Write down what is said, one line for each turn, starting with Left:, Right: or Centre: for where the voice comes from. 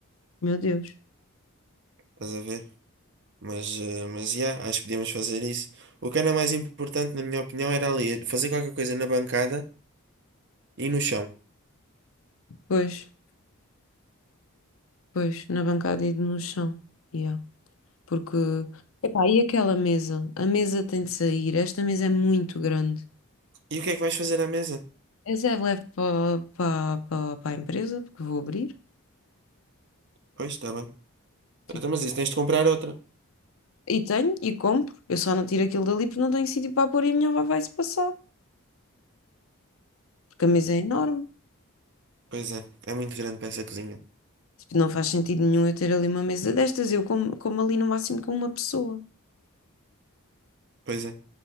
Left: Meu Deus.
Right: Estás a ver? Mas, eh, mas yeah, acho que podíamos fazer isso. O que era mais importante, na minha opinião, era ali fazer qualquer coisa na bancada e no chão.
Left: Pois, pois, na bancada e no chão. Yeah. Porque, epá, e aquela mesa? A mesa tem de sair. Esta mesa é muito grande.
Right: E o que é que vais fazer à mesa?
Left: Essa é leve para a empresa, porque vou abrir.
Right: Pois, está bem.
Left: Tipo,
Right: Então, mas isso tens de comprar outra.
Left: e tenho, e compro. Eu só não tiro aquilo dali porque não tenho sítio para pôr e a minha avó vai-se passar. Porque a mesa é enorme.
Right: Pois é, é muito grande para essa cozinha.
Left: Tipo, não faz sentido nenhum eu ter ali uma mesa destas. Eu como, como ali no máximo com uma pessoa.
Right: Pois é.